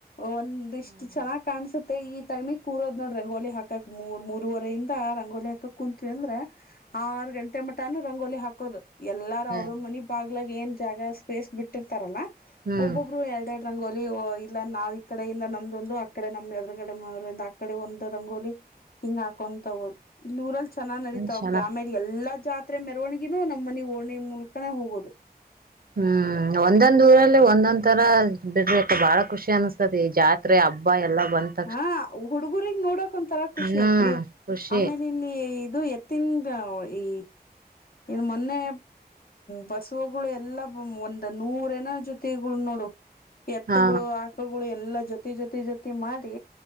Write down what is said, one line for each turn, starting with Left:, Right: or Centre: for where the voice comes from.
Left: ಒಂದಿಷ್ಟು
Right: ಹ್ಮ್
Left: ಚೆನ್ನಾಗ್ ಕಾಣಸುತ್ತೆ ಈ ಟೈಮ್ ಗೆ ಕೂರ್ ನೋಡ್ರ ರಂಗೋಲಿ ಹಾಕಕ್ ಮೂರ್ ಮೂರರುವರೆ ಇಿಂದ ರಂಗೋಲಿ ಹಾಕಕ್ ಕುೂಂತ್ವಿ ಅಂದ್ರೆ ಆರು ಗಂಟೆ. ಅಲ್ಲಿ ಮಟಮಟಾನೂ ರಂಗೋಲಿ ಹಾಕೋದು ಎಲ್ಲಾರು
Right: ಹ್ಮ್
Left: ಅವ್ರೊ್ ಮನೆ ಬಾಂಗ್ಲಾದ ಏನ್ ಜಾಗ ಸ್ಪೇಸ್ ಬಿಟ್ಟಿರ್ತಾರಲ್ಲ.
Right: ಹ್ಮ್
Left: ಒಬ್ಬೊಬ್ರು ಎರಡೆರಡು ರಂಗೋಲಿ ಇಲ್ಲಾ ನಾವ್ ಇ ಕಡೆಯಿಂದ ನಮ್ದೊಂದು ಆಕಡೆ ನಮ್ ಎದ್ರಗಡೆೋ್ರಂದ ಆ ಕಡೆ ಒಂದು ರಂಗೋಲಿ ಹಿಂಗ್ ಹಾಕೊಂತ ಹೋತ ಇಲ್ಲಿ ಊರಲ್ಲಿ ಚೆನ್ನ್ ನಡೀತಾವಪ್ಪಿ
Right: ಚೆನ್ನ
Left: ಆಮೇಲೆ ಎಲ್ಲಾ ಜಾತ್ರೆ ಮೆರವಣಗಿನೂ ನಮ್ಮ ಮನಿ ಓಣಿ ಮೂಲಕನೇ ಹೋಗೋದು
Right: ಹ್ಮ್ ಒಂದೊಂದ್ ಊರಲ್ಲಿ ಒಂದೊಂದ್ ತರ ಬಿಡ್ಬೇಕ ಬಹಳ ಖುಷಿ ಅನಿಸತತಿ ಜಾತ್ರೆ ಹಬ್ಬ ಎಲ್ಲಾ ಬಂತ..
Left: ಹಾ ಹುಡುಗರಿಗ್ ನೋಡಕ್ ಒಂತರ ಖುಷಿ
Right: ಹ್ಮ್
Left: ಅಪ್ಪಿ
Right: ಖುಷಿ
Left: ಆಮೇಲೆ ಇಲ್ಲಿ ಇದು ಎತ್ತನ್ ಈ ಏನ್ ಮೊನ್ನೆ ಬತ್ತ ಹಸುವಗಳು ಎಲ್ಲಾ ಒಂದ್ ನೂರ ನ ಜೊತೆಗಳು ನೋಡು ಎತ್ತುಗಳು
Right: ಹಾ
Left: ಆ ಎತ್ತುಗಳೂ ಎಲ್ಲಾ ಜೊತೆ ಜೊತಿ ಜೊತೆ ಮಾಡಿ